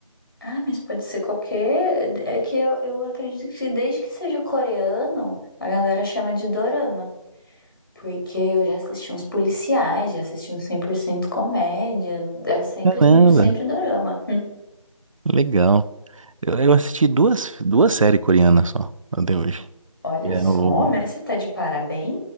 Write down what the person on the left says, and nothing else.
Ah, mas pode ser qualquer. É que eu, eu acredito que desde que seja coreano, a galera chama de dorama. Porque eu já assisti uns policiais, já assisti uns 100% comédia, é sempre,
sempre dorama.
Olha
só,
mas você tá de parabéns?